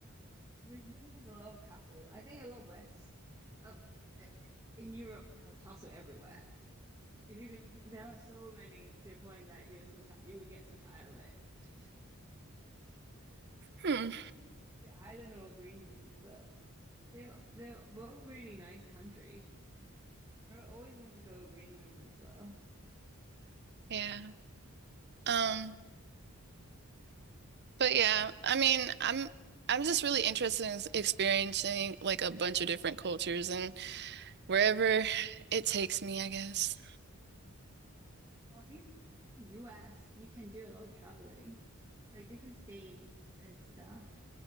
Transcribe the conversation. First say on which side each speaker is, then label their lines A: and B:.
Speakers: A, on the right; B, on the right.
A: We we do have a lot of castle. I think a lot west, uh, eh, in Europe, there are castle everywhere. If you could, there are so many to a point that you're so tired, you would get so tired of it.
B: Hmm.
A: I to Ireland or Greenland, but they're they're both really nice country. I always want to go to Greenland as well.
B: Yeah. Um, but yeah, I mean, I'm I'm just really interested in experiencing like a bunch of different cultures and wherever it takes me, I guess.
A: Or even US, you can do a lot of traveling, like different states and stuff.